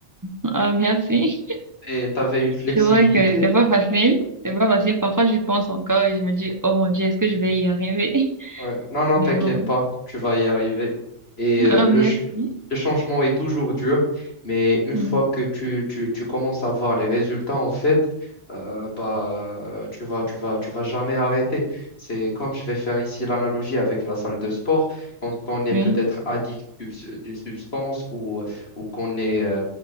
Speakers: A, on the right (about 15°); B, on the left (about 50°).
A: Ah, merci.
B: Et tu avais une flexibilité.
A: C'est vrai que c'est pas facile. C'est pas facile. Parfois, j'y pense encore et je me dis, oh mon Dieu, est-ce que je vais y arriver? <laughs>
B: Ouais. Non, non,
A: Mais
B: t'inquiète
A: bon.
B: pas, tu vas y arriver. Et euh,
A: Ah,
B: le,
A: merci.
B: ch- le changement est toujours dur, mais une
A: Hmm.
B: fois que tu, tu, tu commences à voir les résultats, en fait, euh, bah, euh, tu vas, tu vas, tu vas jamais arrêter. C'est comme je vais faire ici l'analogie avec la salle de sport. Quand on est
A: Oui,
B: peut-être addict subs- d'une substance ou, ou qu'on est, euh,